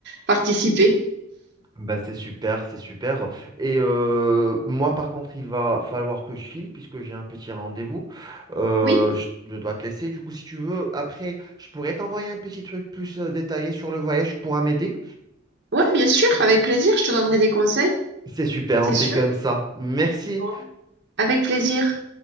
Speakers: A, on the right; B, on the right.
A: participé.
B: Ben c'est super, c'est super. Et euh, moi, par contre, il va falloir que je file puisque j'ai un petit rendez-vous. Euh,
A: Oui,
B: je, je dois te laisser. Du coup, si tu veux, après, je pourrais t'envoyer un petit truc plus euh, détaillé sur le voyage. Tu pourras m'aider.
A: ouais, bien sûr, avec plaisir, je te donnerai des conseils,
B: C'est super,
A: c'est
B: on fait
A: sûr.
B: comme ça. Merci.
A: Bon. Avec plaisir.